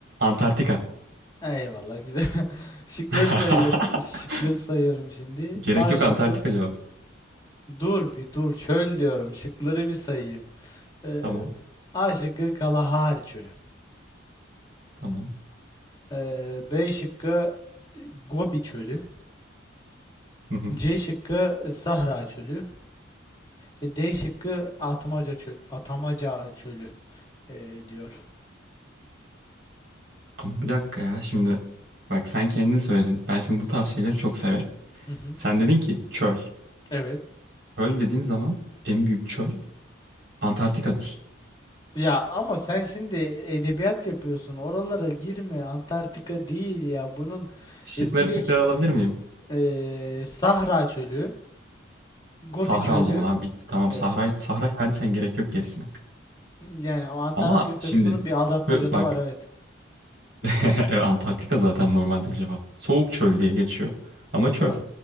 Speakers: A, on the right; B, on the left.
A: Antarktika.
B: Eyvallah güzel. <laughs> Şıkları
A: <laughs>
B: sayıyorum. Şıkları sayıyorum şimdi.
A: Gerek
B: A
A: yok
B: şıkkı.
A: Antarktika cevap.
B: Dur bir dur çöl diyorum. Şıkları bir sayayım. Ee,
A: Tamam,
B: A şıkkı Kalahari Çölü.
A: tamam.
B: Ee, B şıkkı Gobi Çölü.
A: Hı hı.
B: C şıkkı Sahra Çölü. E, D şıkkı Atmaca çö Atamaca çölü e, diyor.
A: Ama bir dakika ya şimdi bak sen kendin söyledin. Ben şimdi bu tarz şeyleri çok severim.
B: Hı hı.
A: Sen dedin ki çöl.
B: Evet.
A: Çöl dediğin zaman en büyük çöl Antarktika'dır.
B: Ya ama sen şimdi edebiyat yapıyorsun. Oralara girme. Antarktika değil ya. Bunun
A: Şıkları
B: e, direkt
A: tekrar alabilir miyim?
B: e, Sahra çölü, Gobi
A: Sahra
B: çölü.
A: o zaman abi bitti. Tamam
B: Evet.
A: Sahra Sahra'yı verdiysen gerek yok gerisine.
B: Yani o Antarktika
A: Ama
B: kısmının
A: şimdi
B: bir aldatmacası
A: çö- bak
B: var evet.
A: <laughs> evet, Antarktika zaten normalde cevap. Soğuk çöl diye geçiyor. Ama çöl.
B: An.